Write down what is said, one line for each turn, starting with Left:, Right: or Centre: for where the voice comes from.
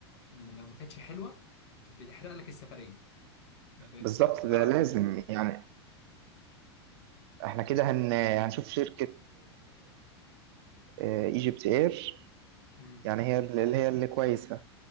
Left: م- لو ما كانتش حلوة بتحرق لك السفرية ب... ب-
Right: بالظبط
Left: بالعربي
Right: ده لازم يعني احنا كده هن هنشوف شركة ايجيبت اير
Left: مم.
Right: يعني هي اللي اللي هي اللي كويسة